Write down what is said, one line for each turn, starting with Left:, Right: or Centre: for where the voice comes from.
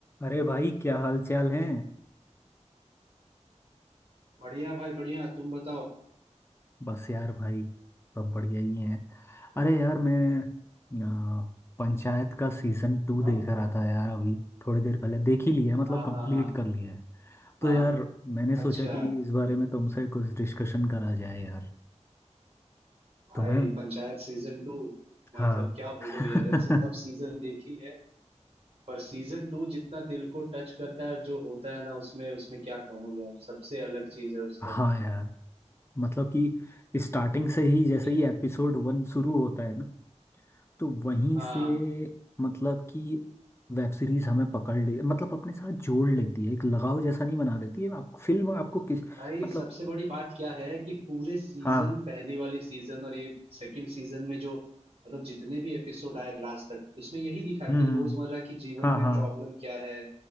Left: अरे भाई क्या हाल चाल है
Right: बढ़िया भाई बढ़िया तुम बताओ
Left: बस यार भाई सब बढ़िया ही है अरे यार मैं अ, पंचायत का सीजन
Right: बताओ
Left: टू देख रहा था यार अभी थोड़ी देर पहले देख ही लिया है मतलब
Right: हाँ
Left: कंप्लीट
Right: हाँ हाँ
Left: कर लिया है तो
Right: हाँ
Left: यार मैंने
Right: अच्छा
Left: सोचा कि इस बारे में तुमसे कुछ डिस्कशन करा जाए यार
Right: भाई
Left: तुम्हें
Right: पंचायत सीजन टू
Left: हाँ
Right: मतलब क्या
Left: <laughs>
Right: बोलो यार ऐसे सब सीजन देखी है पर सीजन टू जितना दिल को टच करता है और जो होता है ना उसमें उसमें क्या कहूँ यार सबसे अलग चीज है उसका
Left: हाँ यार मतलब कि स्टार्टिंग से ही जैसे
Right: है कि
Left: ही
Right: नहीं
Left: एपिसोड वन शुरू होता है ना तो वहीं
Right: हाँ
Left: से मतलब कि वेब सीरीज हमें पकड़ ले मतलब अपने साथ जोड़ लेती है एक लगाव जैसा नहीं बना देती है आप फिल्म आपको किस
Right: भाई
Left: मतलब
Right: सबसे बड़ी बात क्या है कि पूरे सीजन
Left: हाँ
Right: पहली वाली सीजन और ये सेकंड सीजन में जो मतलब जितने भी एपिसोड आए लास्ट तक इसमें यही दिखा
Left: हम्म
Right: कि
Left: हम्म,
Right: रोजमर्रा की जीवन
Left: हाँ
Right: में
Left: हाँ
Right: प्रॉब्लम क्या है